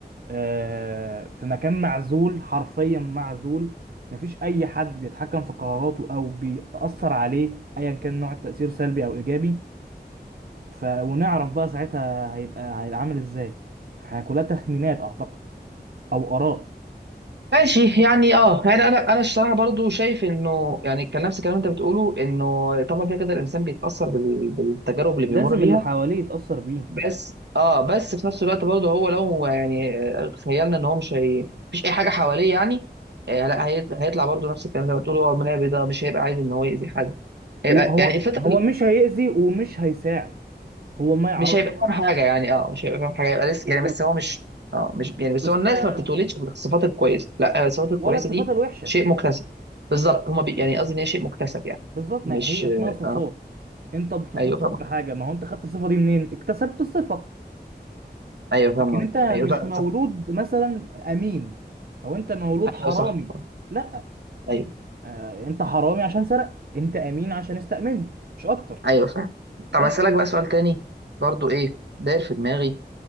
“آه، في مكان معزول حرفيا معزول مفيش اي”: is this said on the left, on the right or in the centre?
Right